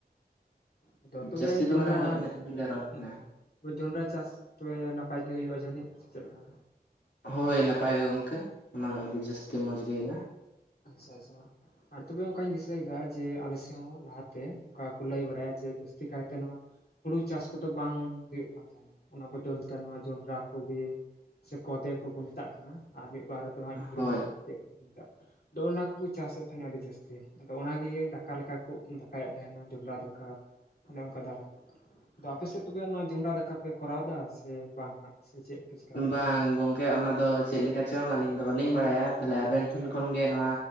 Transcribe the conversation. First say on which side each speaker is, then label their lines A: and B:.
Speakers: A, on the left (about 70°); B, on the left (about 85°).
A: ᱟᱫᱚ ᱛᱚᱵᱮ
B: ᱡᱟᱹᱥᱛᱤ
A: ᱡᱚᱸᱰᱨᱟ
B: ᱫᱚ ᱢᱟᱱᱮ ᱦᱳᱭ ᱤᱱᱟᱹᱜ ᱜᱮᱞᱮ ᱨᱚᱦᱚᱭ
A: ᱦᱮᱸ
B: ᱛᱟᱦᱮᱱᱟ
A: ᱛᱚᱵᱮ ᱡᱚᱱᱰᱨᱟ ᱪᱟᱥ ᱛᱚᱵᱮ ᱱᱟᱯᱟᱭ ᱜᱮ ᱦᱩᱭᱩᱜᱼᱟ ᱡᱟᱹᱱᱤᱡ ᱥᱮ ᱪᱮᱫ ᱞᱮᱠᱟᱹ
B: ᱦᱚᱭ ᱱᱟᱯᱟᱭ ᱜᱮ ᱜᱚᱝᱠᱮ ᱚᱱᱟ ᱫᱚ ᱟᱹᱰᱤ ᱡᱟᱹᱥᱛᱤ ᱢᱚᱸᱡᱽ ᱜᱮ ᱦᱩᱭᱩᱜᱼᱟ
A: ᱟᱪᱷᱟ ᱟᱪᱷᱟ ᱟᱨ ᱛᱚᱵᱮ ᱚᱱᱠᱟᱧ ᱫᱤᱥᱟᱹᱭᱮᱫᱟ ᱡᱮ ᱟᱞᱮ ᱥᱮᱫ ᱦᱚᱸ ᱞᱟᱦᱟᱛᱮ ᱚᱱᱠᱟ ᱠᱚ ᱞᱟᱹᱭ ᱵᱟᱲᱟᱭᱟ ᱡᱮ ᱡᱟᱹᱥᱛᱤ ᱠᱟᱭᱛᱮ ᱱᱚᱣᱟ ᱦᱩᱲᱩ ᱪᱟᱥ ᱠᱚᱫᱚ ᱵᱟᱝ ᱦᱩᱭᱩᱜ ᱠᱟᱱ ᱛᱟᱦᱮᱱᱟ ᱚᱱᱟ ᱵᱚᱫᱚᱞ ᱛᱮ ᱱᱚᱣᱟ ᱡᱚᱱᱰᱨᱟ ᱠᱚᱜᱮ ᱥᱮ ᱠᱚᱫᱮ ᱠᱚᱠᱚ ᱢᱮᱛᱟᱜ ᱠᱟᱱᱟ ᱟᱨ ᱢᱤᱫ ᱵᱟᱨᱫᱚ ᱦᱟᱸᱜ ᱤᱧ ᱦᱤᱲᱤᱧ
B: ᱦᱳᱭ
A: ᱮᱫᱟᱮᱫ ᱫᱲᱱᱟᱠ ᱵᱩ ᱪᱟᱥ ᱟᱛ ᱱᱟ ᱟᱹᱰᱤ ᱡᱟᱹᱥᱛᱤ ᱟᱫᱚ ᱚᱱᱟᱜᱮ ᱫᱟᱠᱟ ᱞᱮᱠᱟ ᱠᱚ ᱫᱟᱠᱟᱭᱮᱫ ᱛᱟᱦᱮᱱᱟ ᱡᱚᱢᱨᱟ ᱫᱟᱠᱟ ᱚᱱᱮ ᱚᱱᱠᱟ ᱫᱟᱨᱟ ᱟᱫᱚ ᱟᱯᱮᱥᱮᱫ ᱛᱚᱵᱮ ᱚᱱᱟ ᱡᱚᱢᱨᱟ ᱫᱟᱠᱟ ᱯᱮ ᱠᱚᱨᱟᱣ ᱮᱟ ᱥᱮ ᱵᱟᱝ ᱦᱟᱜ ᱥᱮ ᱪᱮᱫ? ᱯᱮ ᱪᱤᱠᱟ ᱵᱟᱲᱟᱭᱮᱫᱟ?
B: ᱵᱟᱝ ᱜᱚᱝᱠᱮ ᱚᱱᱟ ᱫᱚ ᱪᱮᱫ ᱞᱮᱠᱟ ᱪᱚᱝ ᱟᱹᱞᱤᱧ ᱫᱚ ᱵᱟᱹᱞᱤᱧ ᱵᱟᱲᱟᱭᱟ ᱛᱟᱦᱞᱮ ᱟᱵᱮᱱ ᱴᱷᱮᱱ ᱠᱷᱚᱱᱜᱮ ᱱᱚᱣᱟ